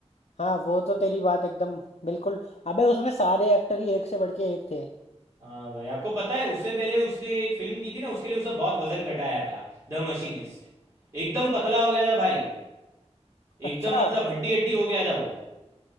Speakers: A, on the left (about 80°); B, on the right (about 25°).
A: हाँ वो तो तेरी बात एकदम बिल्कुल अबे उसमें सारे एक्टर ही एक से बढ़ के एक थे
B: हाँ भाई आपको पता है उससे पहले उसने एक फिल्म की थी ना उसके लिए उसने बहुत वजन घटाया था द मशीनिस्ट एकदम पतला हो गया था भाई
A: अच्छा
B: एकदम मतलब हड्डी हड्डी हो गया था वो